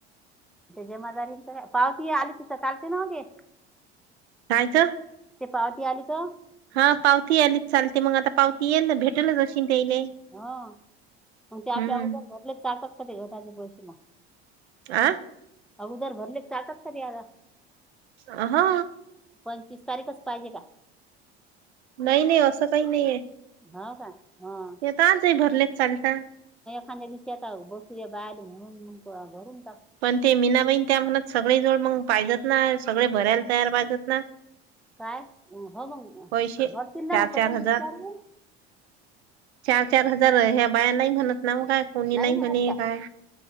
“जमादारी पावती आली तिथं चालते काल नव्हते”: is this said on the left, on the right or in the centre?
Centre